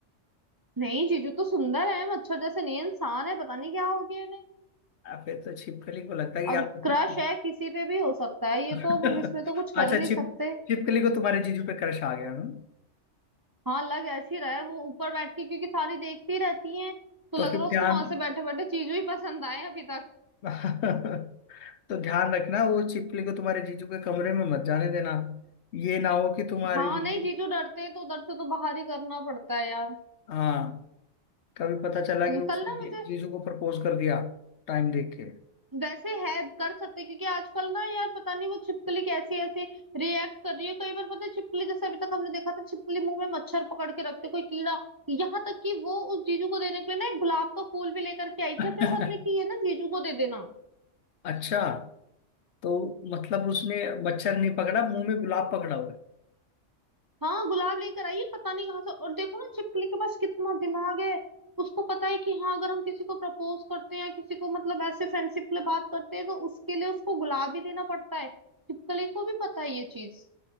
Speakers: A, on the right; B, on the left.
A: नहीं जीजू तो सुंदर है मच्छर जैसे नहीं है, इंसान है पता नहीं क्या हो गया है नहीं
B: आ, फिर तो छिपकली को लगता है कि
A: अब
B: आप तो
A: क्रश
B: फिर
A: है किसी पे भी हो सकता है ये
B: <laughs>
A: तो अब हम इसमें
B: अच्छा
A: तो कुछ कर नहीं
B: छिप
A: सकते
B: छिपकली को तुम्हारे जीजू पे क्रश आ गया हूँ
A: हाँ लग ऐसी रहा है वो ऊपर बैठ के क्योंकि सारी देखती रहती है तो
B: तो
A: लग
B: फिर
A: रहा है
B: ध्यान
A: उसको वहां से बैठे बैठे जीजू ही पसंद आए हैं अभी तक
B: <laughs> तो ध्यान रखना वो छिपकली को तुम्हारे जीजू के कमरे में मत जाने देना ये ना हो कि तुम्हारे
A: हाँ
B: जीजू
A: नहीं जीजू डरते हैं तो उधर से तो बाहर ही करना पड़ता है यार
B: हाँ कभी पता चला
A: हम्म,
B: कि उसने
A: कल ना मुझे
B: जी- जीजू को प्रपोज कर दिया टाइम देख के
A: वैसे है कर सकते हैं, क्योंकि आजकल ना यार पता नहीं वो छिपकली कैसी ऐसी रिएक्ट कर रही है कई बार पता है छिपकली जैसे अभी तक हमने देखा था छिपकली मुंह में मच्छर पकड़ के रखते कोई कीड़ा यहाँ तक कि वो उस जीजू को देने के लिए ना एक गुलाब का फूल भी लेकर के आई थी
B: <laughs>
A: अपने साथ में कि ये ना जीजू को दे देना
B: अच्छा तो मतलब उसने मच्छर नहीं पकड़ा मुंह में गुलाब पकड़ा
A: हाँ गुलाब लेकर आई है पता नहीं कहाँ से और देखो ना छिपकली के पास कितना दिमाग है उसको पता है कि हाँ अगर हम किसी को प्रपोज करते हैं या किसी को मतलब ऐसे फ्रेंडशिप के लिए बात करते हैं तो उसके लिए उसको गुलाब भी देना पड़ता है छिपकली को भी पता है ये चीज